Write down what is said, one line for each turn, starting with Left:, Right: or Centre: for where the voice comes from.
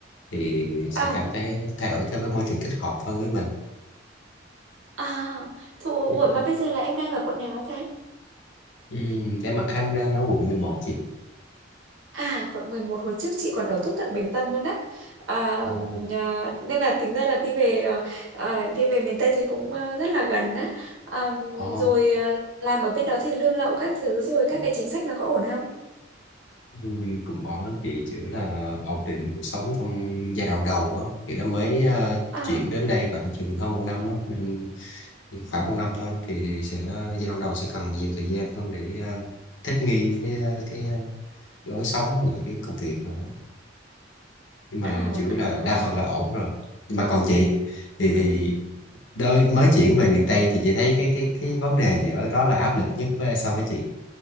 Left: thì sẽ
Right: à
Left: cảm thấy thay đổi theo cái môi trường thích hợp hơn với mình
Right: à Thụ, ủa
Left: ừ.
Right: mà bây giờ là em đang ở quận nào hả ta?
Left: Ừ, Em em đang ở quận 11 chị
Right: À, quận 11 hồi trước chị còn ở tốt cận Bình Tân luôn á. À,
Left: Ồ,
Right: à, nên là tính ra là đi về à, à, đi về miền Tây thì cũng à, rất là gần á. À,
Left: oh,
Right: rồi à, làm ở bên đó thì lương lậu các thứ rồi các cái chính sách nó có ổn không?
Left: Vui cũng ổn lắm chị chỉ là ổn định cuộc sống trong giai đoạn đầu á thì em mới ờ,
Right: À,
Left: chuyển đến đây khoảng chừng hơn một năm á nên khoảng một năm thôi thì sẽ ờ, giai đoạn đầu sẽ cần nhiều thời gian hơn để ờ, thích nghi với ờ, cái ờ, lối sống và lại cái công việc nữa nhưng mà
Right: à,
Left: chủ yếu
Right: à,
Left: là đa phần là ổn rồi nhưng mà còn chị thì thì
Right: à,
Left: đôi, mới chuyển về miền Tây thì chị thấy cái cái cái vấn đề gì ở đó là áp lực nhất với so với chị